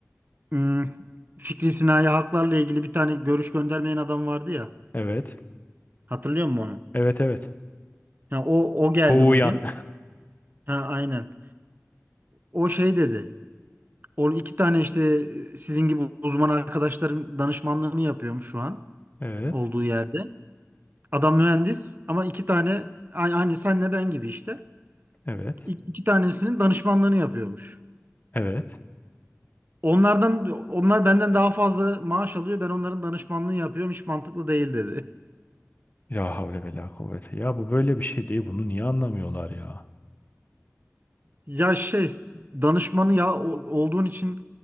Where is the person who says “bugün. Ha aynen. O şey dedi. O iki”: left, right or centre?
Right